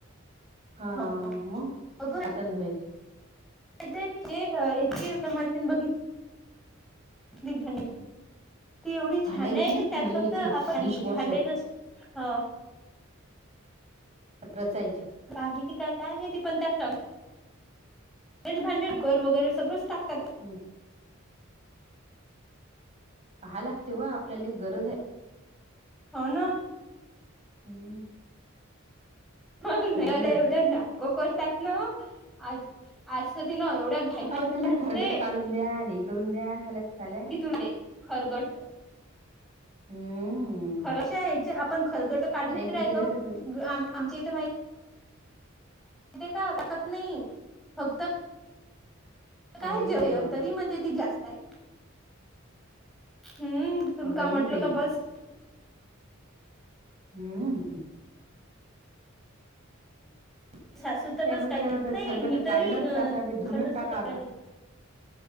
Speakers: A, on the right; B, in the centre.
A: हा
B: हो.
A: म
B: अगं
A: हाताने धुवायच
B: <unintelligible> ती एवडी
A: भांड्यांची
B: छानय
A: ना
B: का त्यात
A: मी
B: फक्त आपण
A: ते डिशवॉशर
B: भांडे अ
A: रचायची
B: बागीची काय काय माहिती <unintelligible> तेच भांडे कर वगैरे सगळंच टाकतात
A: हम्म पहाय लागतय व आपल्याला एक गरज
B: हो ना.
A: हम्म!
B: मग
A: सगळ्याले
B: नाही मला एवढं नाटकंतात ना? आज आज तीला
A: अ त्याला
B: <unintelligible>
A: खरगट काढून द्या नि करून द्या चला चालय.
B: तुले खरगट
A: हम्म!
B: क आपण खलगट काढूच
A: नाही पण
B: राहतो,
A: ते कसं
B: आमच्या इथे माहि य का टाकत नाही फक्त काय
A: अरे
B: जयंतरी
A: देवा
B: म्हण ती जास्त आहे. हम्म! तु
A: बाई
B: काय म्हटलं
A: बाई
B: का बस.
A: हम्! त्यापेक्षा
B: सासू तर बस काही
A: आता तर
B: नाही
A: खरगट
B: मी तरी
A: काढलंच,
B: अं,
A: त्यासाठी धुनच
B: टाकत असतो
A: टाका
B: काय
A: आता
B: ते.